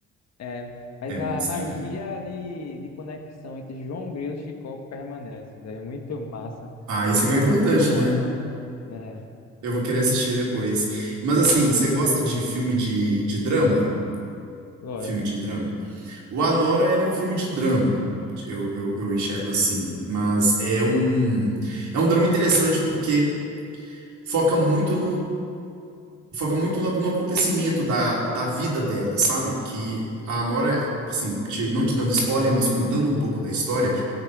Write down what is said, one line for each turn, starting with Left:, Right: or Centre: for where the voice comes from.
Left: É, mas
Right: É
Left: a
Right: muito estranho.
Left: magia de, de conexão entre João Grilo e Chicoco permanece, velho. É muito massa.
Right: Ah, isso aqui
Left: É
Right: é o
Left: muito
Right: importante,
Left: bom
Right: né?
Left: essa, né?
Right: Eu vou querer assistir depois. Mas assim, você gosta de filme de, de drama?
Left: Gosto,
Right: Filme de drama.
Left: gosto.
Right: O Anora, ele é um filme de drama. Eu, eu, eu enxergo assim. Mas é um, é um drama interessante porque foca muito foca muito no, no acontecimento da, da vida dela, sabe? Que a Nora, assim, te- não te dando spoiler, mas contando um pouco da história,